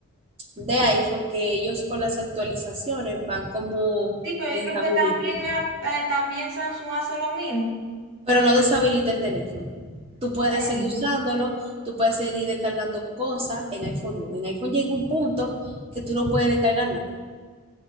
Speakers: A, on the right; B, on the right.
A: de iPhone, que ellos con las actualizaciones van como
B: Sí, pero
A: deshabilitando.
B: yo creo que también, ha- eh, también Samsung hace lo mismo.
A: Pero no deshabilita el teléfono. Tú puedes
B: Mm,
A: seguir usándolo, tú puedes seguir descargando cosas, en iPhone no. En iPhone llega un punto que tú no puedes descargar nada.